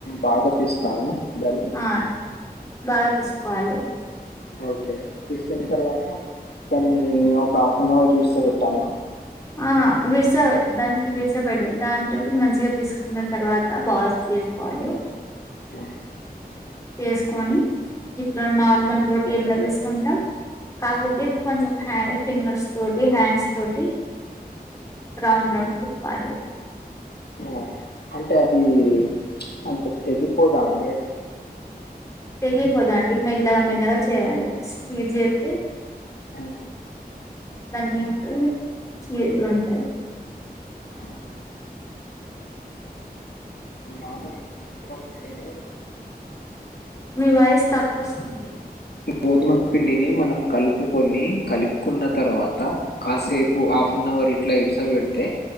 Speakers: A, on the left (about 85°); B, on the left (about 20°).
A: బాధపిస్తాను దాన్ని
B: ఆ బాగా పిసుక్కోవాలి
A: ఓకే తీసుకున్న తర్వాత దాన్ని ఒక హాఫ్ అన్ అవర్ ఇడ్సపెట్టన్న
B: ఆ విర్సా దానికి విర్సా దాంతోటి మంచిగా పిసుక్కున్న తర్వాత బాస్ చేసుకోవాలి.
A: ఆ!
B: వేసుకొని ఇప్పుడు నార్మల్ రోటీ ఎట్ల పిసుక్కుంటం కాకపోతే కొంచెం హ్యా ఫింగర్స్ తోటి హ్యాండ్స్ తోటి రౌండ్ రౌండ్ తిప్పాలి
A: ఆ! అంటే అది అంత తెగిపోదా అండి అది
B: తెగిపోదాండి మెల్లగా మెల్లగా చేయాలి స్పీడ్ జేత్తే
A: ఆ!
B: అన్ని ఉంటవి చీరలు ఉంటాయి
A: ఆ మాపుం మాది మాకనే
B: మీ వాయిస్ తక్కువొస్తుంది
A: గోధుమ పిండిని మనం కలుపుకొని కలిప్కున్న తర్వాత కాసేపు ఆఫ్ నవ్ వర్ ఇట్లా ఇడ్సవేడ్తే